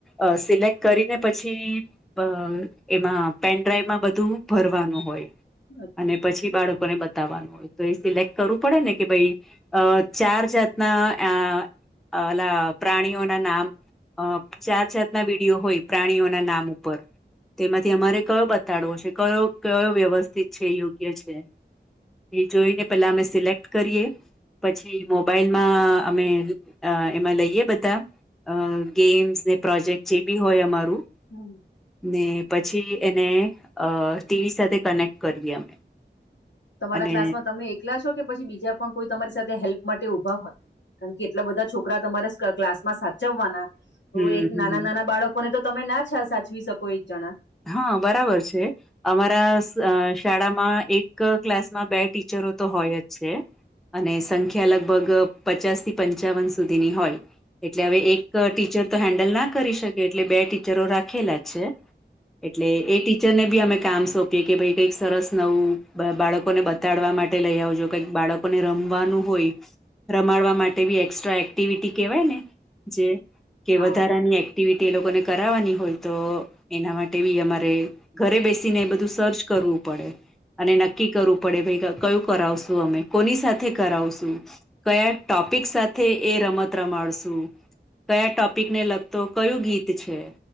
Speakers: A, in the centre; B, on the left (about 75°).
A: અ સિલેક્ટ કરીને પછી અ એમાં પેનડ્રાઈવમાં બધું ભરવાનું હોય.
B: અચ્છા.
A: અને પછી બાળકોને બ તાવાનું હોય, તો એ સિલેક્ટ કરવું પડે ને કે ભાઈ અ ચાર જાતના આ અલા પ્રાણીઓ ના નામ અ ચાર જાતના વિડીયો હોય પ્રાણીઓના નામ ઉપર. તેમાંથી અમારે કયો બતાડવો છે, કયો કયો વ્યવસ્થિત છે, યોગ્ય છે. એ જોઈને પેલા અમે સિલેક્ટ કરીએ, પછી મોબાઈલમાં અમે અ એમાં લઈએ બધા, અ ગેમ્સ ને પ્રોજેક્ટ જેબી હોય અમારું.
B: હમ્મ
A: ને પછી એને અ ટીવી સાથે કનેક્ટ કરીયે અમે.
B: તમારા
A: અને
B: ક્લાસમાં તમે એકલા છો? કે પછી બીજા પણ કોઈ તમારી સાથે હેલ્પ માટે ઊભા હોય? કાણકે કેટલા બધા છોકરા તમારે સ ક્લાસ માં સાચવવાના.
A: હમ
B: તો એક
A: હમ
B: નાના નાના બાળકોને તો તમે ના છ સાચવી શકો એક જણા.
A: હા બરાબર છે. અમારા અ શાળામાં એક ક્લાસમાં બે ટીચરો તો હોયજ છે. અને સંખ્યા લગભગ પચાસ થી પંચાવન સુધીની હોય. એટલે હવે એક ટીચર તો હેન્ડલ ના કરી શકે, એટલે બે ટીચરો રાખેલા છે. એટલે એ ટીચરને બી અમે કામ સોપ કે કે ભાઈ કઈક સરસ નવું બ બાળકોને બતાડવા માટે લઈ આવજો કઈક બાળક કોને રમવાનું હોય, રમાડવા માટે બી એકસ્ટ્રા એક્ટિવિટી કેહેવાયને. જે કે
B: હા
A: વધારાની એક્ટિવિટી એ લોકોને કરાવવાની હોય તો એના માટ તેવી અમારે ઘરે બેસીને બધું સર્ચ કરવું પડે. અને નક્કી કરવું પડે ભાઈ ગા કયું કરાવશું અમે કોની સાથે કરાવશું. કયા ટોપિક સાથે એ રમત રમાડશું. કયા ટોપિકને લગતો કયું ગીત છે,